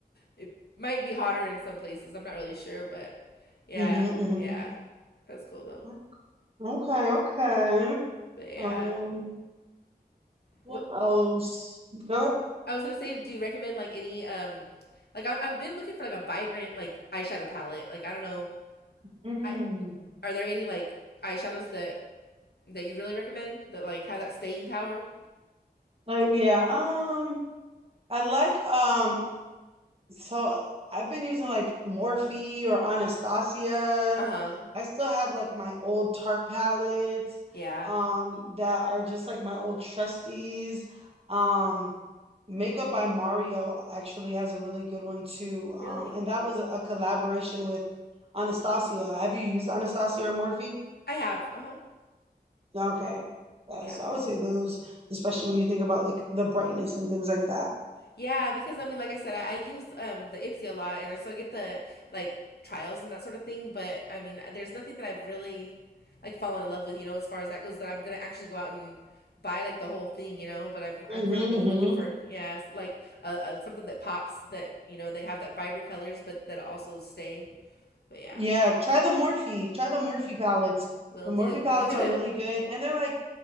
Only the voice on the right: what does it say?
Mm-hmm,
hmm Okay, okay.
Um, what
else? Go ahead.
Mm.
Like, yeah. Um, I like um. So I've been using like Morphe or Anastasia.
I still have like my old Tarte palettes,
um, that are just like my old trustees. Um, Makeup by Mario actually has a really good one too.
Um, and that was a collaboration with Anastasia. Have you used Anastasia or Morphe?
Yeah, okay. Yeah,
so I would say those, especially when you think about like the brightness and things like that.
Mm-hmm,
hmm
Yeah, try the Morphe. Try the Morphe palettes.
The Morphe
palettes
are really good, and they're like